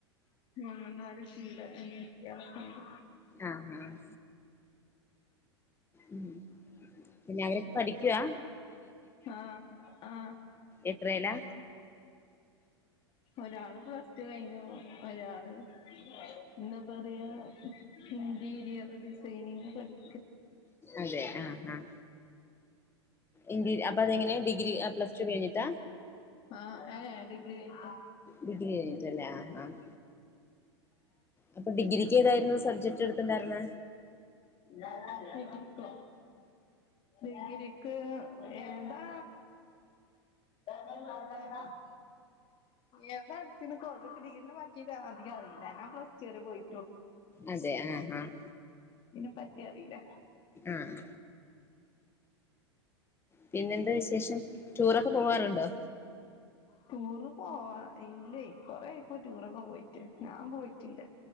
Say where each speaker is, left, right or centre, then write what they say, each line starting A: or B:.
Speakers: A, on the left; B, on the left.
A: മാമൻ മാരുടെ സീടെ അനിയത്തി അവക്കെണ്ട്
B: ആഹ് ആഹ് ഉം പിന്നെ അവരൊക്കെ പഠിക്കവാ
A: ആഹ് ആഹ്
B: എത്രേലാ
A: ഒരാള് പ്ലസ്റ്റു കഴിഞ്ഞു ഒരാള് എന്തന്നാ പറയാ ഇന്റീരിയർ ഡിസൈനിങ് പഠിക്ക
B: അതെ ആഹ് ആഹ് ഇന്റി അപ്പൊ അതെങ്ങനെയാ ഡിഗ്രി പ്ലസ്ടു കഴിഞ്ഞിട്ടാ
A: ആഹ് ഏഹ് ഡിഗ്രി കഴിഞ്ഞിട്ട്
B: ഡിഗ്രി കഴിഞ്ഞിട്ടല്ലേ ആഹ് ആഹ് അപ്പൊ ഡിഗ്രിക്ക് ഏതായിരുന്നു സബ്ജക്ട് എടുത്തണ്ടാരുന്നെ
A: ഡിഗ്രിക്ക ഡിഗ്രിക്ക് ഏതാ <unintelligible> ഏതാ എടുത്തിണ് കോ ഡിഗ്രീന്ന് ബാക്കിക്ക അധികാവില്ല ഞാൻ പ്ലസ്ടു വരെ പോയി
B: അതെ ആഹ് ആഹ്
A: അതിനെ പറ്റി അറിയില്ല
B: ആഹ് പിന്നെന്താ വിശേഷം ടൂറൊക്കെ പോവാറുണ്ടോ
A: ടൂറ് പോവാ ഇല്ലേ കൊറെആയി ഇപ്പോ ടൂറൊക്കെ പോയി റ്റ് ഞാൻ പോയിറ്റില്ല